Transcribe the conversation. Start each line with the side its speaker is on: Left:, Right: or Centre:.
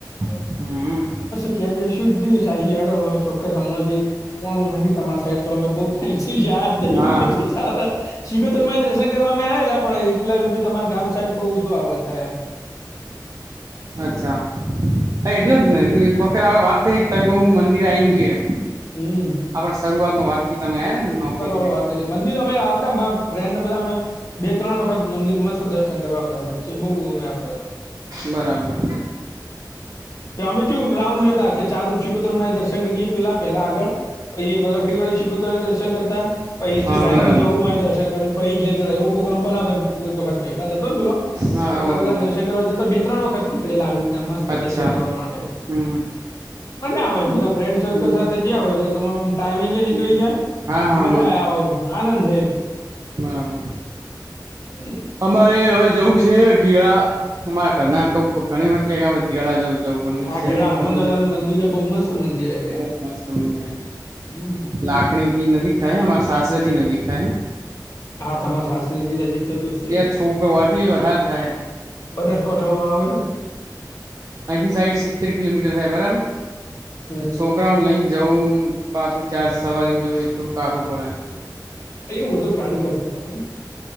Right: <unintelligible>
Left: <unintelligible> સુ દઈહી હડો અમે ચોક્કસ હમણાંથી ન તમાર સાઈડ તો અમે બવ થઈ <unintelligible> સિકોતર
Right: હા
Left: માં દર્શન કરવા અમે આવેલા પણ એટલા સુધી તમારા ગામ સાહેબ બહુ બધુ આવવાજ થાય,
Right: અચ્છા એટલે
Left: હમ
Right: જ ને વખત આપડે વાત થઈ ત હું મંદિર આ આવી ગયું એમ
Left: હમ્મ
Right: આપણે શરૂઆત ન વાત થી તમે આવ ને નોકરી ત્યારે
Left: આપણે વાત થઈ હતી મંદિર અમે આવતા ફ્રેનને બધા અમે બે ત્રણ વખત મંદિર મસ્ત દર્શન કરવા આવતા વચ્ચે બહુ અમે આવતા હતા,
Right: બરાબર
Left: કે અમે શું રાઉન્ડ લેતા કે ચાર સીકતેર મા એ દર્શન કરીએ પેલા પેલા આગળ પહીં વરખડી વાળી શિકોતા દર્શન કરતા પછ એ થી
Right: હા
Left: ધાણો
Right: બરાબર
Left: જવું મારે દર્શન કરીને પછી ઘેર જતા એવો પોગ્રામ બનાવ કોઈ વખ ભાઈબંધ હતો પેલો
Right: હા
Left: એ અમે
Right: હા
Left: બધા
Right: બરાબર
Left: દર્શન કરવા જતા બે ત્રણ વખતથી નીલા આવી રીતના મસ્ત
Right: અચ્છા
Left: દર્શન કરવા માટે
Right: હમ
Left: મજા આવે બધા, ફ્રેન્ડ
Right: હમ
Left: સર્કલ સાથે જયા હોય એટલે તમારો આમ ટાાઈમિંગ
Right: હમ
Left: એ નીકળી જાય
Right: હા હા
Left: મજા
Right: અમારે
Left: આવે હોય એમ આનંદ રે
Right: બરાબર
Left: હમ.
Right: અમારે હવે જવું છે, ગેળા અમારા કરણાકો ઘણી વત ક ગેળા જવું જવું પણ
Left: હા,
Right: સેટિંગ
Left: ઘેડા હનુમાન
Right: થતું
Left: દાદા
Right: ન
Left: નું મંદિર બહુ મસ્ત મંદિર હ ત્યાં-
Right: બહુ મસ્ત મંદિર
Left: હમ્મ
Right: લાખણી થી નજીક થૈ હમાર શસરજીથી નજીક થ હૈ
Left: હા તમાસ સાસ્રી નજીક થતું છે
Right: બે છોકવાથી વધારે થાય
Left: બનાસકાંઠા આવે
Right: અથી સાઈડ સિત્તેર કિલોમીટર થાય બરાબર
Left: હમ
Right: છો છકરાઉડ લઈને જવું પાછું ચાર્જ સવારીને જવું એ થોડું કાઢવું પડે
Left: એવું હતું ગાડી કાચવા ને